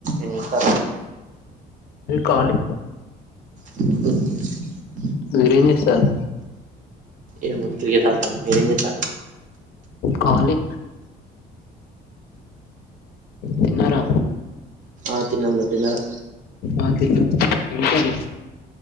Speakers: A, on the right; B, on the left.
A: ఇంకా
B: కాలు
A: ఉ
B: మీరేం చేస్తారు
A: ఏముంది క్రికెట్ ఆడుతున్న మీరేం చేస్తున్నారు
B: ఖాళీ తిన్నారా
A: ఆ తిన్నాను మీరు తిన్నారా
B: ఆ తిన్న ఏం కర్రీ